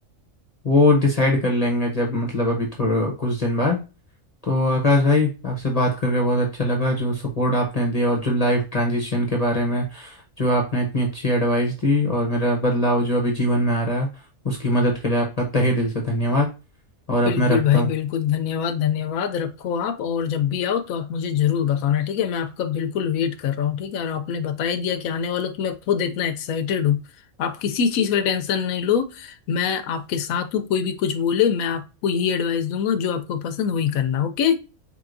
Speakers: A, on the left; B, on the left.
A: वो डिसाइड कर लेंगे जब मतलब अभी थोड़ा कुछ दिन बाद तो आकाश भाई आपसे बात करके बहुत अच्छा लगा जो सपोर्ट आपने दिया और जो लाइफ ट्रांजिशन के बारे में जो आपने इतनी अच्छी एडवाइस दी और मेरा बदलाव जो अभी जीवन में आ रहा है उसकी मदद के लिए आपका तहे दिल से धन्यवाद और अब
B: बिल्कुल
A: मैं रखता
B: भाई
A: हूँ
B: बिल्कुल धन्यवाद धन्यवाद रखो आप और जब भी आओ तो आप मुझे जरूर बताना ठीक है मैं आपका बिल्कुल वेट कर रहा हूँ ठीक है और आपने बता ही दिया कि आने वाला तो मैं खुद इतना एक्साइटेड हूँ आप किसी चीज का टेंशन नहीं लो मैं आपके साथ हूँ कोई भी कुछ बोले मैं आपको यही एडवाइस दूंगा जो आपको पसंद वही करना ओके